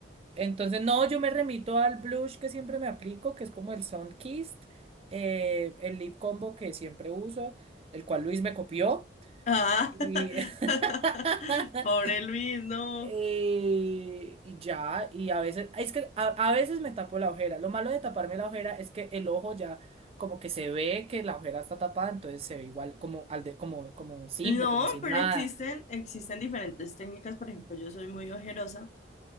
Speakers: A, on the right; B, on the left.
A: Entonces, no, yo me remito al blush que siempre me aplico, que es como el Sun Kissed, eh, el lip combo que siempre uso, el cual Luis me copió.
B: Ah,
A: Y,
B: <laughs>
A: <laughs>
B: pobre Luis, no.
A: Eh, y ya, y a veces, es que a, a veces me tapo la ojera. Lo malo de taparme la ojera es que el ojo ya como que se ve que la ojera está tapada, entonces se ve igual como, al de, como, como simple,
B: No,
A: como sin
B: pero
A: nada.
B: existen, existen diferentes técnicas. Por ejemplo, yo soy muy ojerosa